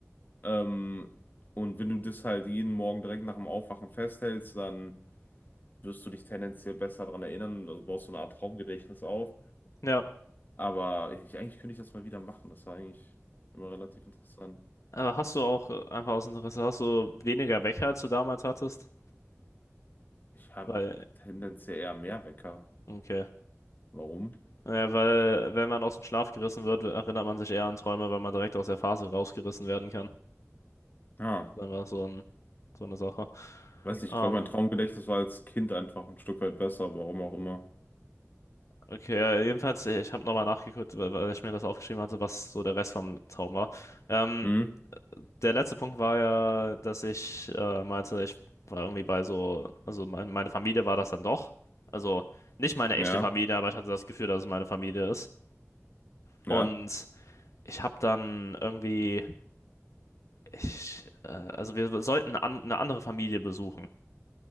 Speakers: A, on the left (about 40°); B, on the left (about 80°).
A: Ähm, und wenn du das halt jeden Morgen direkt nach dem Aufwachen festhältst, dann wirst du dich tendenziell besser daran erinnern. also baust so eine Art Traumgedächtnis auf.
B: ja.
A: Aber ich, eigentlich könnte ich das mal wieder machen. Das war eigentlich immer relativ interessant.
B: Aber hast du auch, äh, einfach aus Interesse, hast du weniger Wecker, als du damals hattest?
A: Ich habe
B: Weil,
A: tendenziell eher mehr Wecker.
B: okay.
A: Warum?
B: Ja, weil, wenn man aus dem Schlaf gerissen wird, erinnert man sich eher an Träume, weil man direkt aus der Phase rausgerissen werden kann.
A: Ja.
B: Dann war es so ein, so eine Sache.
A: Weiß nicht,
B: Ähm,
A: ich glaube, mein Traumgedächtnis war als Kind einfach ein Stück weit besser, warum auch immer.
B: okay, ja, jedenfalls, ich habe nochmal nachgeguckt, weil weil ich mir das aufgeschrieben hatte, was so der Rest vom Traum war. Ähm,
A: Hm?
B: der letzte Punkt war ja, dass ich äh, meinte, ich war irgendwie bei so, also mein, meine Familie war das dann doch. Also nicht meine
A: Ja,
B: echte Familie, aber ich hatte das Gefühl, dass es meine Familie ist. Und
A: ja,
B: ich habe dann irgendwie, ich, äh, also wir sollten an, eine andere Familie besuchen